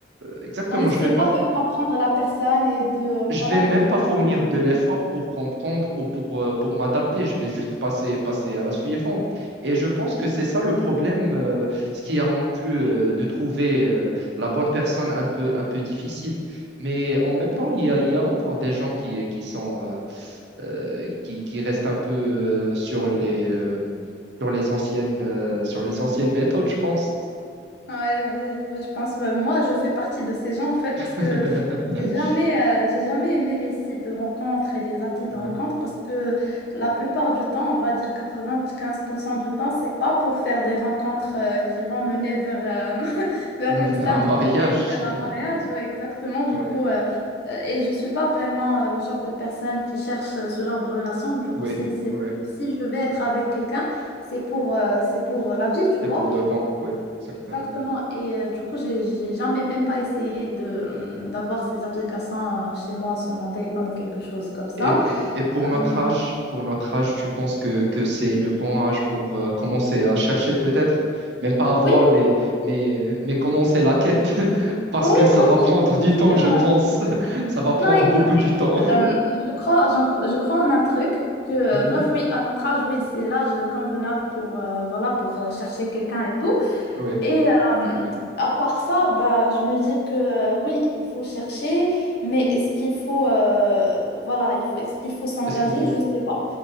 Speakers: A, on the right (about 65°); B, on the left (about 60°).
A: exactement,
B: On n'essaie
A: je vais pas
B: pas de comprendre la personne et de, euh, voilà,
A: je vais même
B: de trouver
A: pas fournir
B: un compromis
A: de l'effort pour comprendre ou pour, euh, pour m'adapter. Je vais juste passer, passer à la suivante. Et je pense que c'est ça le problème, euh, ce qui a rendu euh, de trouver euh, la bonne personne un peu, un peu difficile. Mais en même temps, il y a, il y a encore des gens qui, qui sont, euh, euh, qui, qui restent un peu euh, sur les, euh, sur les anciennes, euh, sur les anciennes méthodes, je pense.
B: Ouais, ouais, ouais, je pense. bah, moi, je fais partie de ces gens, en fait,
A: <laughs>
B: parce que j'ai jamais, euh, j'ai jamais aimé les sites de rencontres et les applis de
A: Ouais.
B: rencontres parce que la plupart du temps, on va dire 95% du temps, c'est pas pour faire des rencontres euh, qui vont mener vers, euh, <laughs>
A: <laughs>
B: vers
A: Un
B: une
A: Ouais.
B: stabilité
A: mariage.
B: ou vers
A: <laughs>
B: un mariage. Ouais, exactement. Du
A: Ouais.
B: coup, euh, euh, et je suis pas vraiment euh, le genre de personne qui cherche euh, ce genre de relation. Du coup,
A: Oui,
B: si, c'est-
A: oui.
B: si je vais être avec quelqu'un, c'est pour, euh, c'est pour la vie, tu
A: C'est
B: vois.
A: pour de bon, oui, exactement.
B: Exactement. Et euh, du coup, j'ai j'ai jamais même pas essayé de mmh, d'avoir ces applications euh, chez moi sur mon téléphone ou quelque chose comme ça.
A: Et, et, et pour notre
B: Euh,
A: âge, pour notre âge, tu penses que, que c'est le bon âge pour euh, commencer à chercher peut-être, même pas avoir,
B: oui, oui,
A: mais,
B: oui.
A: mais, mais commencer la quête, <laughs> parce
B: Oui,
A: que ça
B: oui.
A: va prendre
B: j'ai-
A: du temps,
B: j'ai- euh,
A: je pense. <laughs>
B: <laughs>
A: Ça va prendre
B: Non, écoute,
A: beaucoup du temps. <laughs>
B: euh, je crois, j'en cro- je crois en un truc que, euh,
A: Mhm.
B: bref, oui, à notre âge, oui, c'est l'âge convenable pour, euh, voilà, pour euh, chercher quelqu'un et tout.
A: Ouais.
B: Et euh, à part ça, bah, je me dis que, euh, oui, il faut chercher, mais est-ce qu'il faut, euh, voilà, il faut- est-ce qu'il faut s'engager?
A: Est-ce qu'il faut...
B: Je sais pas.